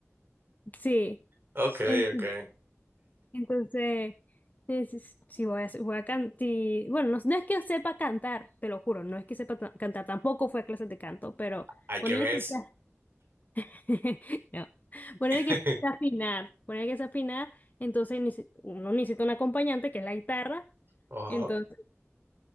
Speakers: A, on the left (about 35°); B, on the right (about 50°).
A: Sí,
B: Ok,
A: ent-
B: ok.
A: entonces, es- si voy a, voy a cantar, bueno, no, no es que sepa cantar, te lo juro, no es que sepa ta- cantar, tampoco fue a clases de canto, pero
B: Hay
A: ponerle
B: que ver.
A: que sea- <laughs> no, ponerle
B: <laughs>
A: que sea afinar, ponerle que sea afinar, entonces ni si- uno necesita un acompañante que es la guitarra,
B: Ajá.
A: entonces,